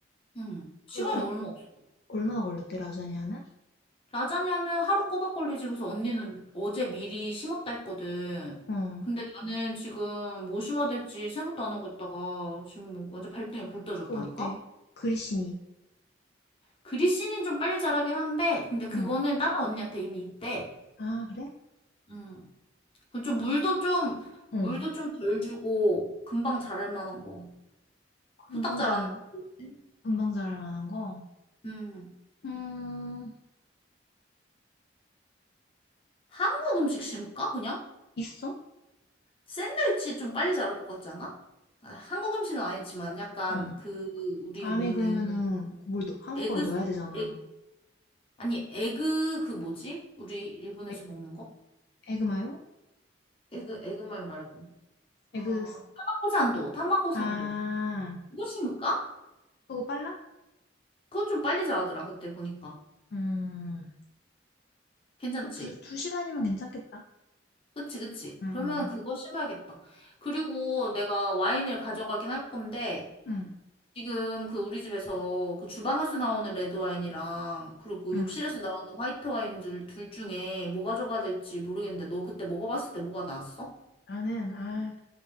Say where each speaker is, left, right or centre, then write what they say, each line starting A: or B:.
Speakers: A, on the left (about 30°); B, on the left (about 55°).
A: 응. 시간이
B: 그 얼,
A: 얼마 없어.
B: 얼마나 걸렸대, 라자냐는?
A: 라자냐는 하루 꼬박 걸리지. 그래서 언니는 어제 미리 심었다 했거든.
B: 응,
A: 근데 나는 지금 뭐 심어야 될지 생각도 안 하고 있다가 지금 완전 발등에 불 떠졌다니까?
B: 그거 어때? 그리시니.
A: 그리씨는 좀 빨리 자라긴 한데, 근데 그거는
B: 응.
A: 다른 언니한테 이미 있대.
B: 아, 그래?
A: 음. 그좀 물도 좀,
B: 응.
A: 물도 좀 덜 주고 금방 자랄 만한 거.
B: 금방
A: 후딱 자라는
B: 잘,
A: 거지.
B: 금방 잘할 만한 거?
A: 음.
B: 음,
A: 한국 음식 심을까? 그냥?
B: 있어?
A: 샌드위치 좀 빨리 자랄 것 같지 않아? 아, 한국 음식은 아니지만 약간
B: 응.
A: 그 우리
B: 안에
A: 먹는
B: 그러면은 뭘 넣, 한국어를
A: 에그,
B: 넣어야 되잖아.
A: 에, 아니, 에그, 그 뭐지? 우리 일본에서
B: 에,
A: 먹는 거?
B: 에그마요?
A: 에그, 에그말 말고.
B: 에그,
A: 아, 타마고산도, 타마고산도.
B: 아,
A: 그거 심을까?
B: 그거 빨라?
A: 그거 좀 빨리 자라더라, 그때 보니까.
B: 음,
A: 괜찮지?
B: 뭐 두, 두 시간이면 괜찮겠다.
A: 그치, 그치.
B: 응,
A: 그러면
B: 응,
A: 그거 심어야겠다. 그리고 내가 와인을 가져가긴 할 건데,
B: 응,
A: 지금 그 우리 집에서 그 주방에서 나오는 레드 와인이랑, 그리고 욕실에서
B: 응.
A: 나오는 화이트 와인 둘, 둘 중에 뭐 가져가야 될지 모르겠는데, 너 그때 먹어봤을 때 뭐가 나왔어?
B: 나는, 아,